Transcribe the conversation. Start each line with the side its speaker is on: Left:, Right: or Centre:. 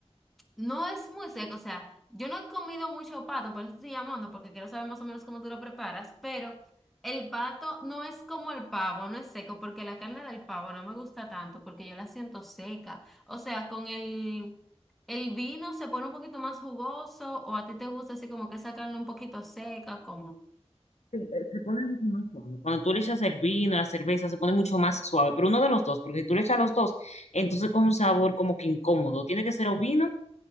Centre: no es muy seco, o sea, yo no he comido mucho pato, por eso estoy llamando, porque quiero saber más o menos cómo tú lo preparas, pero el pato no es como el pavo, no es seco, porque la carne del pavo no me gusta tanto, porque yo la siento seca. O sea, con el, el vino se pone un poquito más jugoso, o a ti te gusta así como que esa carne un poquito seca, como.
Left: Se, se pone mucho más suave. Cuando tú le echas el vino, la cerveza, se pone mucho más suave. Pero uno de los dos, porque si tú le echas los dos, entonces con un sabor como que incómodo. Tiene que ser o vino